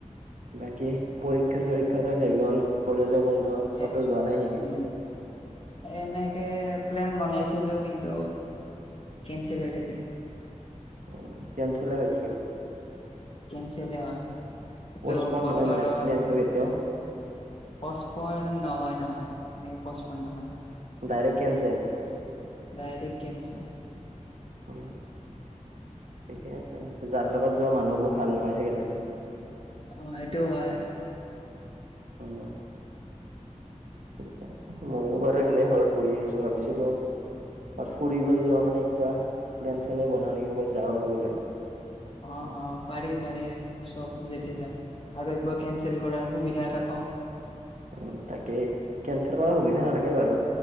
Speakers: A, on the right; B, on the left.
A: বাকী পৰীক্ষা-চৰীক্ষা সব শেষ হ'ল কলেজো বন্ধ।
B: শেষ,
A: ক'তো যোৱা নাই নেকি
B: উম। এনেকে প্লেন বনাইছিলো, কিন্তু কেনচেল হৈ থাকিল।
A: উম, কেনচেল হে হয় নেকি?
B: কেনচেল হয়, ইটো
A: পচপন
B: বতৰৰ
A: নহয় মানে প্লেনটো কেতিয়াও
B: পচপন্ নহয় নহয়, সেনেকে পচপন নহয়।
A: Direct cancel?
B: Direct cancel.
A: উম, ঠিকে আছে যাৰ লগত যোৱা মানুহ বোৰ ভাল নহয় চাগে তাৰে।
B: অ', হেইটোও হয়।
A: উম। ঠিকে আছে ময়ো বাৰু এনে ঘৰত বহি আছো, ভাবিছিলো ক'ৰবাত ফুৰিবৈ যোৱা মানে কিবা প্লেন-চেনেই বনাও নেকি, ক'বাত যাওঁ আৰু ওলাই।
B: অ', অ' পাৰি পাৰি চব যদি
A: উ
B: যাই। আৰু একবাৰ কেনচেল কৰাৰ সুবিধা এটা পাওঁ।
A: অ তাকে, কেঞ্চেল কৰাৰ সুবিধা নালাগে
B: অ
A: বাৰু।